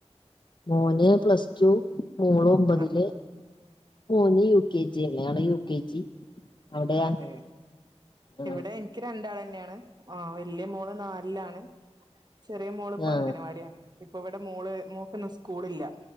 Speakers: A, on the left; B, on the right.
A: മോന് പ്ലസ് ടു മോള് ഒമ്പതില്
B: ആഹ്
A: മോന് യു കെ ജില്ലയാണ് യു കെ ജി അവിടെയാ
B: അതെ
A: ആ
B: ഇവിടെ എനിക്ക് രണ്ടാള ന്നേയാണ് വല്യയ മോള് നാലിലാണ് ചെറിയ മോള്പ്പം
A: ആ
B: അംഗനാവാട്യാണ്‌ ഇപ്പൊവ ടെ മോള് മോക്ക്ന്ന് സ്കൂളില്ല